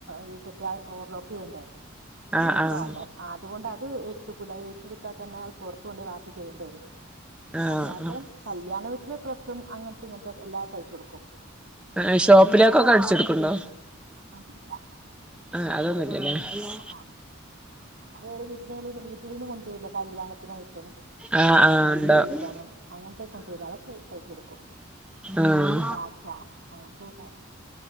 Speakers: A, on the right (about 65°); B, in the centre.
A: വീറ്റൊറ്റ ആ ഓർലോക്കെ ചെയ്യണ്ടേ
B: ആഹ്
A: യൂണിഫോം
B: ആഹ്
A: അം അതുകൊണ്ട് അത് ഏറ്റെടുക്കൂല്ല ഏറ്റെടുത്താൽ തന്നെ അത് പുറത്തുണ്ട് വാക്ക് ചെയ്യേണ്ട വരും
B: ആഹ്‌
A: അല്ലാത്തെ
B: ആഹ്‌.
A: കല്യാണ ഡ്രസ്സും അങ്ങനത്തെ ഇങ്ങനത്തെ എല്ലാത്തയച്ച കൊടുക്കും
B: ആ ഷോപ്പിലേക്കൊക്കെ അടിച്ചെടുക്കണ്ടോ
A: അതില്ല
B: ആഹ അതൊന്നുംല്ലല്ലേ ഇല്ലാ.
A: ആ അല്ലാതെ ഓ വീട്ട വീട്ടിൽന്നന്ന് കൊണ്ടുവരല്ലോ കല്യാണത്തിനായിട്ടും
B: ആഹ്
A: അല്ലാതെ
B: ആഹ്
A: നൈറ്റ്
B: ഉണ്ടാവും
A: തയ്ക്കാനും അങ്ങനത്തെ കൊണ്ടു പോലെ അതൊക്കെ തയ്ചോട്ടുക്കും
B: ആഹ്‌.
A: ലാച്ച അങ്ങനത്തെൊക്കെ